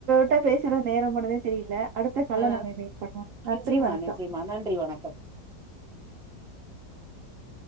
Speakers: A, on the right; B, in the centre.
A: உங்கிட்ட பேசுற நேரம் போனதே தெரியில அடுத்த கால்ல
B: ஆ
A: நம்ம மீட் பண்ணுவோம் நன்றி
B: நிச்சயமா
A: வணக்கம்
B: நிச்சயமா நன்றி வணக்கம்
A: <inaudible>